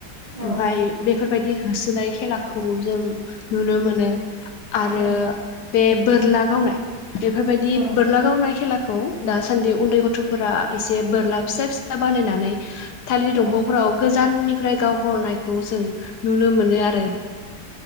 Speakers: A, on the right; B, on the left.
A: औ
B: ओमफाय बेफोर बेबायदि होसोनाय खेलाखौ जों नुनो मोनो। आरो
A: औ
B: बे बोरला गावनाय बेफोरबायदि
A: औ
B: बोरला गावनाय खेला खौ दासान्दि उन्दै गथ'फोरा एसे बोरला फिसा फिसा बानायनानै थालिर दंफांफोराव
A: औ
B: गोजाननि फ्राय गावहरनायखौ जों नुनो मोनो आरो